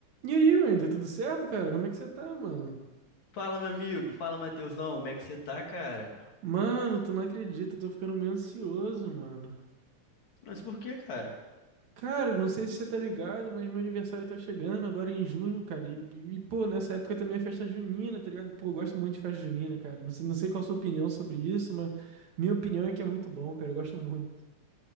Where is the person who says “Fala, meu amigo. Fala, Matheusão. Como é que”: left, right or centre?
Left